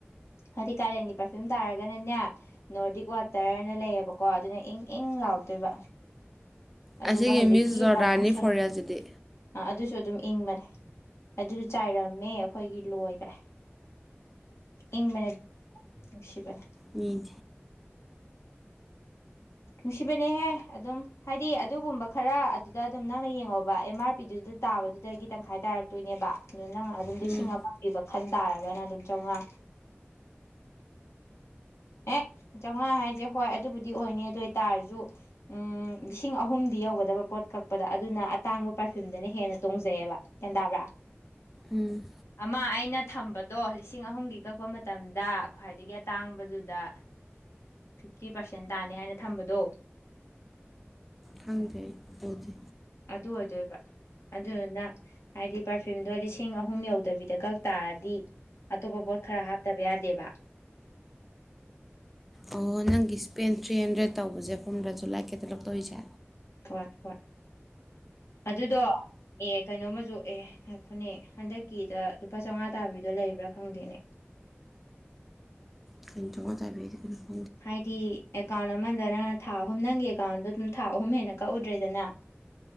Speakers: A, on the left (about 80°); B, in the centre.
A: ꯍꯥꯏꯗꯤ ꯀꯥꯂꯦꯟꯒꯤ ꯄꯔꯐ꯭ꯌꯨꯝ ꯇꯥꯔꯒꯅꯅꯦ ꯅꯣꯔꯗꯤꯛ ꯋꯥꯇꯔꯅ ꯂꯩꯌꯦꯕꯀꯣ ꯑꯗꯨꯅ ꯏꯪ ꯏꯪ ꯂꯥꯎꯗꯣꯏꯕ ꯑꯗꯨꯒ
B: ꯑꯁꯤꯒꯤ
A: ꯍꯧꯖꯤꯛꯀꯤ
B: ꯃꯤꯁ ꯖꯣꯔꯗꯥꯅꯤ
A: ꯂꯥꯄꯨꯁꯟ
B: ꯐꯣꯔꯦꯜꯁꯤꯗꯤ
A: ꯑꯗꯨꯁꯨ ꯑꯗꯨꯝ ꯏꯪꯕꯅꯤ ꯑꯗꯨꯁꯨ ꯆꯥꯏꯔꯝꯃꯦ ꯑꯩꯈꯣꯏꯒꯤ ꯂꯣꯏꯈ꯭ꯔꯦ ꯏꯪꯕꯅꯦ ꯅꯨꯡꯁꯤꯕꯅꯦ
B: ꯃꯤ
A: ꯅꯨꯡꯁꯤꯕꯅꯦꯍꯦ ꯑꯗꯨꯝ ꯍꯥꯏꯗꯤ ꯑꯗꯨꯒꯨꯝꯕ ꯈꯔ ꯑꯗꯨꯗ ꯑꯗꯨꯝ ꯅꯪꯅ ꯌꯦꯡꯉꯣꯕ ꯑꯦꯝ ꯑꯥꯔ ꯄꯤꯗꯨꯗ ꯇꯥꯕꯗꯨꯗꯒꯤ ꯇꯪꯈꯥꯏ ꯇꯥꯔꯛꯇꯣꯏꯅꯦꯕ ꯑꯗꯨ ꯅꯪ ꯑꯗꯨꯝ ꯂꯤꯁꯤꯡ
B: ꯎꯝ
A: ꯑꯃ ꯄꯤꯕ ꯈꯟ ꯇꯥꯔꯒꯅ ꯑꯗꯨꯝ ꯆꯥꯝꯉꯥ ꯑꯦ ꯆꯥꯝꯉꯥ ꯍꯥꯏꯁꯦ ꯍꯣꯏ ꯑꯗꯨꯕꯨꯗꯤ ꯑꯣꯏꯅꯤ ꯑꯗꯨ ꯑꯣꯏꯇꯥꯔꯁꯨ ꯎꯝ ꯂꯤꯁꯤꯡ ꯑꯍꯨꯝꯗꯤ ꯌꯧꯒꯗꯕ ꯄꯣꯠ ꯀꯛꯄꯗ ꯑꯗꯨꯅ ꯑꯇꯥꯡꯕ ꯄꯔꯐ꯭ꯌꯨꯝꯗꯅ ꯍꯦꯟꯅ ꯇꯣꯡꯖꯩꯑꯕ ꯒꯦꯟ ꯇꯥꯕ꯭ꯔꯥ
B: ꯎꯝ
A: ꯑꯃ ꯑꯩꯅ ꯊꯝꯕꯗꯣ ꯂꯤꯁꯤꯡ ꯑꯍꯨꯝꯒꯤ ꯀꯛꯄ ꯃꯇꯝꯗ ꯈ꯭ꯋꯥꯏꯗꯒꯤ ꯑꯇꯥꯡꯕꯗꯨꯗꯤ ꯗ ꯐꯤꯐꯇꯤ ꯄꯥꯔꯁꯦꯟ ꯇꯥꯅꯤ ꯍꯥꯏꯅ ꯊꯝꯕꯗꯣ
B: ꯈꯪꯗꯦ ꯑꯩ ꯎꯗꯦ
A: ꯑꯗꯨ ꯑꯣꯏꯗꯣꯏꯕ ꯑꯗꯨꯗꯨꯅ ꯍꯥꯏꯗꯤ ꯄꯔꯐ꯭ꯌꯨꯝꯗꯣ ꯂꯤꯁꯤꯡ ꯑꯍꯨꯝ ꯌꯧꯗꯕꯤꯗ ꯀꯛ ꯇꯥꯔꯗꯤ ꯑꯇꯣꯞꯄ ꯄꯣꯠ ꯈꯔ ꯍꯥꯞꯇꯕ ꯌꯥꯗꯦꯕ
B: ꯑꯣ ꯅꯪꯒꯤ ꯏꯁ꯭ꯄꯦꯟ ꯊ꯭ꯔꯤ ꯍꯟꯗ꯭ꯔꯦꯗ ꯇꯧꯕꯁꯦ ꯐꯝꯗꯁꯨ ꯂꯥꯏꯀꯦꯇ ꯂꯛꯇꯧꯔꯤꯁꯦ
A: ꯍꯣꯏ ꯍꯣꯏ ꯑꯗꯨꯗꯣ ꯑꯦ ꯀꯩꯅꯣꯃꯁꯨ ꯑꯦ ꯉꯥꯏꯈꯣꯅꯦ ꯍꯟꯗꯛꯀꯤꯗ ꯂꯨꯄꯥ ꯆꯥꯝꯉꯥ ꯇꯥꯕꯤꯗꯣ ꯂꯩꯕ꯭ꯔꯥ ꯈꯪꯗꯦꯅꯦ
B: <unintelligible>
A: ꯍꯥꯏꯗꯤ ꯑꯦꯀꯥꯎꯟ ꯑꯃꯗꯔ ꯊꯥ ꯑꯍꯨꯝ ꯅꯪꯒꯤ ꯑꯦꯀꯥꯎꯟꯗꯣ ꯑꯗꯨꯝ ꯊꯥ ꯑꯍꯨꯝ ꯍꯦꯟꯅ ꯀꯛꯎꯗ꯭ꯔꯦꯗꯅ